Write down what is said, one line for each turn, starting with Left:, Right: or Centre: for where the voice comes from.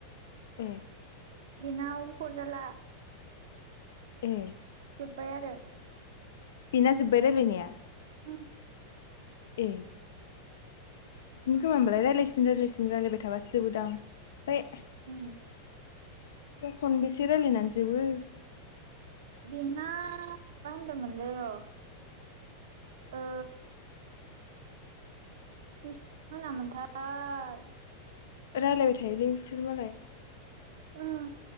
Left: ए।
Right: बिनाव हरजाला।
Left: ए।
Right: बाय आरो।
Left: बिना जोब्बाय रायलायनाया‌?
Right: उम।
Left: ए। बिदिनो खोमा होमबालाय रायज्लायसिन रायज्लायसिन रायलायबाय थाबासो जोबोदां? ओमफाय
Right: उम।
Left: बेबा खन बेसे रायलायनानै जोबो?
Right: बेना माबा होनदोंमोनलै र ओह। बेसिबां होनामोनथाय?
Left: रालायबाय थायोलै बिसो सोर मालाय
Right: उम